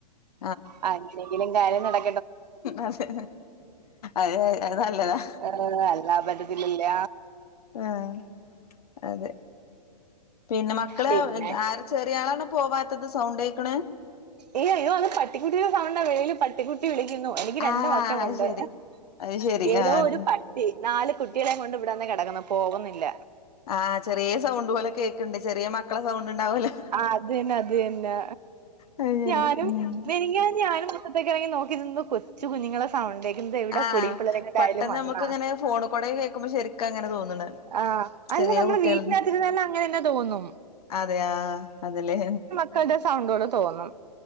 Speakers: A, on the left (about 65°); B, on the right (about 80°).
A: ഉ <inaudible>
B: ആ എന്തെങ്കിലും കാര്യം നട-
A: അതെ അതെ അത് നല്ലതാ.
B: ഏഹ് അല്ലാ പറ്റത്തിലില്ല.
A: ആഹ്. അതെ പിന്നെ മക്കള
B: പിന്നെ
A: ആര ചെറിയ ആളാണ് പോവാത്തത് സൗണ്ടേക്ക്ണ്.
B: ഈയോ ഇയ്യോ അന്ന് പട്ടിക്കുട്ടിയുടെ സണ്ട്‌ വെളിയിൽ പട്ടിക്കുട്ടി വിളിക്കുന്നു എനി രണ്ട്
A: ആഹ്
B: മക്കളുണ്ട്
A: അത് ശരി അത് ശരി
B: ഏതോ
A: ആഹ്
B: ഒരു നാല് കുട്ടികളെ കൊണ്ട് ഇവിടന്നെ കെടക്കുന്നു. പോകുന്നില്ല.
A: ആഹ് ചെറ്യേ സൗണ്ട് പോലെ കേക്ക്ണ്ട്. ചെറ്യേ മക്കളെ സൗണ്ട് ഇണ്ടാവൊല്ലൊ.
B: ആ അത് തന്നെ. അത് തന്നെ.
A: അത് ശരി
B: ഞാനും
A: ഉം
B: നെരിങ്ങാ ഞാനും. അപ്പക്കി നോക്കി നിന്നു കുച്ച് ച്ചു കുഞ്ഞുങ്ങളെ സൗണ്ടേക്കുന്നത്. എവിടെ
A: ആഹ്
B: കുടി പിള്ളേരെങ്ങായാലും
A: പെട്ടെന്ന്
B: വന്ന
A: നമുക്ക് ഇങ്ങനെ ഫോണ് കൂടെ കേൾക്കുമ്പോ ശരിക്കും അങ്ങനെ തോന്നണ്
B: ആഹ് അല്ല
A: ചെറിയ
B: നമ്മള്
A: കുട്ടികള്
B: വീട്ടിനകത്തിരുന്നല്ല അങ്ങനെന്നെ തോന്നും.
A: അതെ ആഹ് അതലെ.
B: ക്കളുടെ സൗണ്ടോടെ തോന്നും.